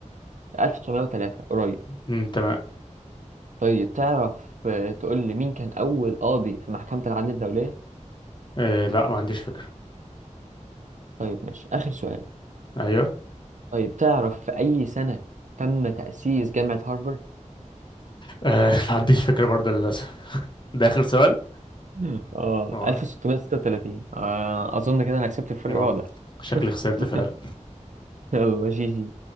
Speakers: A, on the right (about 70°); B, on the left (about 35°).
A: 1903 قريب
B: مم، تمام
A: طيب تعرف آه، تقول لي مين كان أول قاضي في محكمة العدل الدولية؟
B: آه، لا ما عنديش فكرة
A: طيب ماشي آخر سؤال
B: ايوه
A: طيب تعرف في أي سنة تم تأسيس جامعة هارفارد؟
B: آه ما عنديش فكرة برضه للأسف ده آخر سؤال
A: <laughs> اه
B: اه
A: 1636 آه أظن كده أنا كسبت الفرق
B: آه.
A: واضح
B: شكلي خسرت
A: <laughs>
B: فعلا
A: يلا جي جي